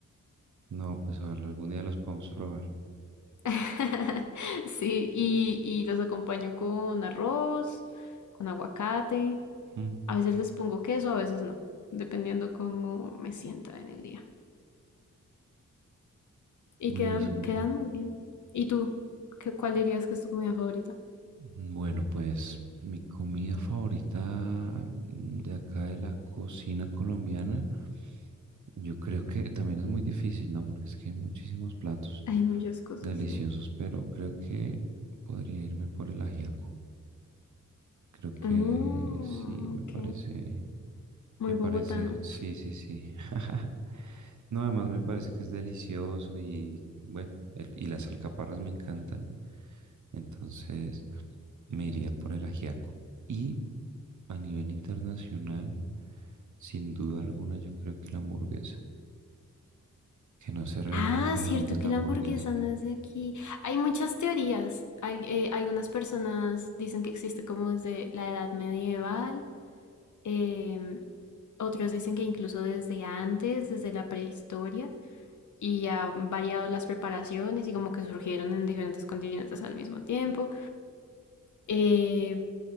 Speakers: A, on the right; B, on the left.
A: No, pues ojalá algún día los podamos probar.
B: <laughs> Sí, y, y los acompaño con arroz, con aguacate.
A: Mm.
B: A veces les pongo queso, a veces no, dependiendo cómo me sienta en el día. Y
A: Buenísimo.
B: quedan, quedan muy bien. ¿Y tú? ¿Qué, cuál dirías que es tu comida favorita?
A: Mm, Bueno, pues mi comida favorita mm, de acá de la cocina colombiana, yo creo que también es muy difícil, ¿no? Porque es que hay muchísimos platos
B: Hay muchas cosas,
A: deliciosos,
B: sí.
A: pero creo que podría irme por el ajiaco. Creo que
B: Mm,
A: sí, me
B: ok.
A: parece,
B: Muy
A: me parece,
B: bogotano.
A: sí, sí, sí. <laughs> No, además me parece que es delicioso y bueno, el- y las alcaparras me encantan, entonces me iría por el ajiaco. Y A nivel internacional, sin duda alguna, yo creo que la hamburguesa, que no sé realmente
B: Ah, cierto
A: de dónde es
B: que
A: la
B: la
A: hamburguesa.
B: hamburguesa no es de aquí. Hay muchas teorías. Al- eh, algunas personas dicen que existe como desde la edad medieval. em, otros dicen que incluso desde antes, desde la prehistoria. Y ha variado las preparaciones y como que surgieron en diferentes continentes al mismo tiempo. Eh,